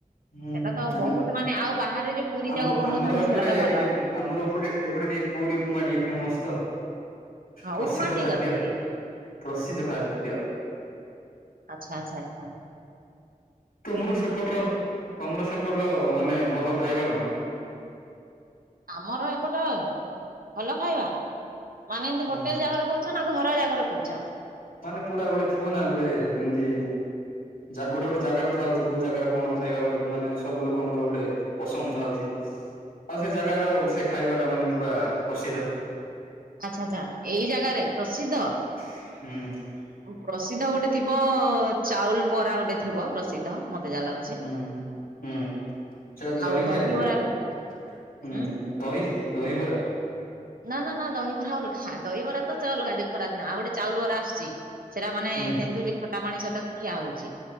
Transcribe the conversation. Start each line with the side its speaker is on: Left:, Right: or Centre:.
Left: ହୁଁ
Right: ସେଟା ତ
Left: ଆମ
Right: ବହୁତ ମାନେ ଆଉ ବାହାରେ ଯୋଉ ପୁରୀ
Left: ଆମ
Right: ଯାକ ବନଉଛନ୍ତି
Left: ଆମର ଏପଟେ
Right: ସେଟା ତ ଭଲ
Left: ଟିକେ
Right: ଲାଗୁନି।
Left: ଆମର ଏପଟେ ଏପଟେ ଟିକେ ପୁରୀ ଉପମା ଟିକେ ଫେମସ ତ।
Right: ହଁ
Left: ପ୍ରସିଦ୍ଧ
Right: ଉପମା ଠିକ
Left: ଖାଦ୍ୟ,
Right: ଅଛି
Left: ପ୍ରସିଦ୍ଧ ଖାଦ୍ୟ
Right: ଆଛା ଆଚ୍ଛା ଆଛା।
Left: ତମର ସେପଟର ତମର ସେପଟର ମାନେ ଭଲ ଖାଇବା କଣ?
Right: ମୋର ଏପଟ ଭଲ ଖାଇବା, ମାନେ ଏମିତି
Left: ହୁଁ
Right: ହୋଟେଲ ଜାଗାରେ କହୁ ଛ ନା ଘର ଯାକର କହୁଛ?
Left: ମାନେ ପୁରା ଗୋଟେ ଥିବ ନା ଗୋଟେ ଯେମିତି ଯାଗୁ ଗୋଟେ ଗୋଟେ ଜାଗାରେ ଥାଉଛି କୋଉ ଜାଗାରେ କଣ ଖାଇବା ଗୋଟେ, ମାନେ ସବୁ ଲୋକଙ୍କର ଗୋଟେ ପସନ୍ଦ ଥାଉଛି। ଆଉ ସେ ଜାଗାର,
Right: ହୁଁ ହୁଁ
Left: ସେ ଖାଇବାଟା ମାନେ ପୁରା ପ୍ରସିଦ୍ଧ।
Right: ଆଛା ଆଚ୍ଛା ଏଇ ଜାଗାରେ ପ୍ରସିଦ୍ଧ।
Left: ହୁଁ।
Right: ପ୍ରସିଦ୍ଧ ଗୋଟେ ଥିବ, ଚାଉଲ ବରା ଗୋଟେ ଥିବ ପ୍ରସିଦ୍ଧ। ମତେ ଯାହା ଲାଗୁଛି।
Left: ହୁଁ- ହୁଁ ସେଟା ଜଳଖିଆରେ
Right: ଆଉ ଦହିବରା
Left: ଗଲା। ହୁଁ
Right: ଉଁ
Left: ଦହି ଦହିବରା
Right: ନା- ନା- ନା ଦହିବରା ଅଲଗା ଦହିବରା ତ ଅଲଗା ଦି ଖରା ନା ଆଉ ଗୋଟେ ଚାଉଳ ବରା ଆସୁଛି। ସେଟା ମାନେ
Left: ହୁଁ।
Right: ତେନ୍ତୁଲି ଖଟା ପାଣି ସହିତ ଖିଆ ହଉଛି,